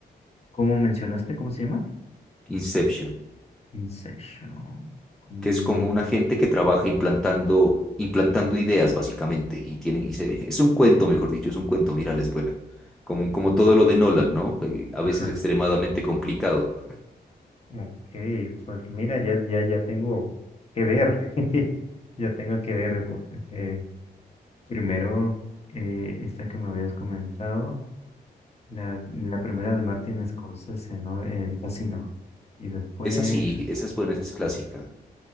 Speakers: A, on the left (about 35°); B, in the centre.
A: ¿cómo mencionaste? ¿Cómo se llama?
B: Inception.
A: Inception. Mm,
B: que es como una gente que trabaja implantando, implantando ideas básicamente y tienen, y se- <laughs> es un cuento, mejor dicho, es un cuento, mírala, es buena. Como, como todo
A: ah,
B: lo
A: ya.
B: de Nolan, ¿no? Que a
A: <laughs>
B: veces extremadamente complicado.
A: Ok, pues mira, ya, ya, ya tengo que ver. <laughs> Ya tengo que ver. bu- eh, primero, eh, esta que me habías comentado, la, la primera de Martin Scorsese, ¿no? El casino. Y después,
B: Esa sí, esa es buena, esa es clásica.
A: no,